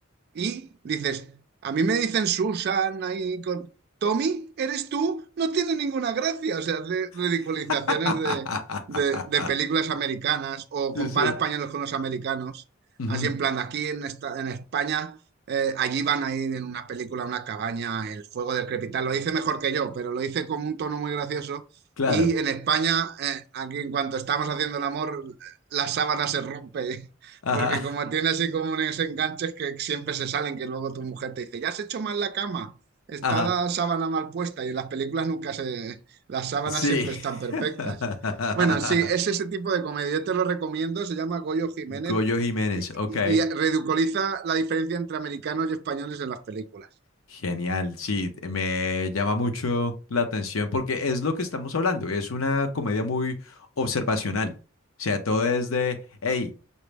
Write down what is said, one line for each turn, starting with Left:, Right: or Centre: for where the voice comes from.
Right: y dices, a mí me dicen Susana y con... Tommy, ¿eres tú? No tiene ninguna gracia. O sea, hace ridiculizaciones
Left: <laughs>
Right: de, de- de películas americanas o
Left: Sí,
Right: compara
Left: sí.
Right: españoles con los americanos.
Left: Ujú,
Right: Así en plan, aquí en, esta, en España, eh, allí van a ir en una película, a una cabaña, el fuego del crepitar. Lo dice mejor que yo, pero lo dice con un tono muy gracioso.
Left: Claro.
Right: Y en España, eh, aquí en cuanto estamos haciendo el amor, la sábana se rompe.
Left: Ajá,
Right: Porque como tiene así como unos enganches que siempre se salen, que luego tu mujer te dice, ¿ya has hecho mal la cama? Está
Left: ajá.
Right: la sábana mal puesta y en las películas nunca se... Las sábanas
Left: Sí.
Right: siempre están perfectas.
Left: <laughs>
Right: Bueno, sí, es ese tipo de comedia. Yo te lo recomiendo, se llama Goyo Jiménez
Left: Goyo Jiménez,
Right: y, y-
Left: ok.
Right: y ridiculiza la diferencia entre americanos y españoles en las películas.
Left: Genial, sí, me llama mucho la atención porque es lo que estamos hablando, es una comedia muy observacional. O sea, todo es de, hey,